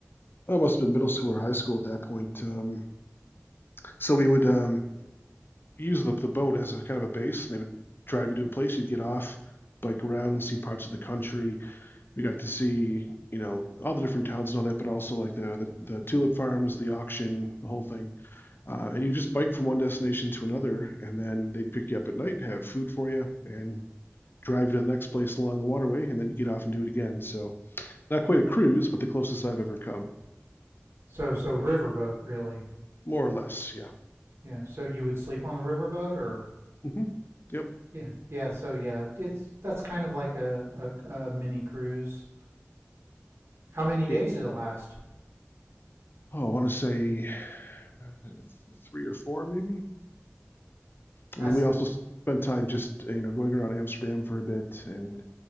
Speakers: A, on the left; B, on the right.
A: I must have been middle school or high school at that point. Um, so we would, um, use the, the boat as a kind of a base. And they would drive you to a place, you'd get off, bike around, see parts of the country. We got to see, you know, all the different towns and all that, but also like the the, the tulip farms, the auction, the whole thing. Uh, and you just bike from one destination to another, and then they'd pick you up at night, have food for you, and drive you to the next place along the waterway, and then you get off and do it again. So not quite a cruise, but the closest I've ever come,
B: so so riverboat really,
A: more or less. Yeah.
B: yeah. So you would sleep on the riverboat or
A: hmm Yep.
B: yeah, yeah. So yeah, it's that's kind of like a, a, a mini cruise. How many days
A: It,
B: did it last?
A: oh, I want to say uh, th- three or four, maybe. And
B: That's
A: then we also spent time just you know going around Amsterdam for a bit and